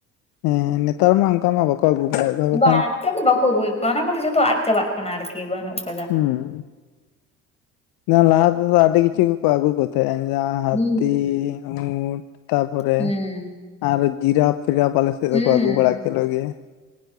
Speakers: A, on the left (about 60°); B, on the left (about 15°).
A: ᱦᱮᱸ ᱱᱮᱛᱟᱨ ᱢᱟ ᱚᱱᱠᱟ ᱢᱟ ᱵᱟ ᱠᱚ ᱟᱫᱩ ᱵᱟᱲᱟᱭᱮᱫ ᱠᱚᱣᱟ᱾ ᱵᱟᱠᱷᱟᱱ
B: ᱵᱟᱝ ᱱᱮᱛᱟᱨ ᱫᱚ ᱵᱟᱠᱚ ᱟᱹᱜᱩᱭᱮᱫ ᱠᱚᱣᱟ ᱚᱱᱟ ᱠᱚᱫᱚ ᱡᱷᱚᱛᱚ ᱟᱫ ᱪᱟᱵᱟᱜ ᱠᱟᱱᱟ ᱟᱨᱠᱤ ᱵᱟᱹᱱᱩᱜ-ᱟ᱾
A: ᱦᱩᱸ ᱞᱟᱦᱟ ᱛᱮᱫᱚ ᱟᱹᱰᱤ ᱠᱤᱪᱷᱩ ᱠᱚ ᱟᱜᱩ ᱠᱚ ᱛᱟᱦᱮᱫ-ᱟ ᱡᱟᱦᱟᱸ ᱦᱟᱛᱤ
B: ᱦᱩᱸ
A: ᱩᱴ ᱛᱟᱯᱚᱨᱮ
B: ᱦᱩᱸ
A: ᱟᱨ ᱡᱤᱨᱟᱯ ᱯᱷᱤᱨᱟᱯ ᱟᱞᱮ ᱥᱮᱫ
B: ᱦᱩᱸ᱾
A: ᱫᱚᱠᱚ ᱟᱜᱩ ᱵᱟᱲᱟ ᱠᱚᱞᱮ ᱜᱮᱭᱟ,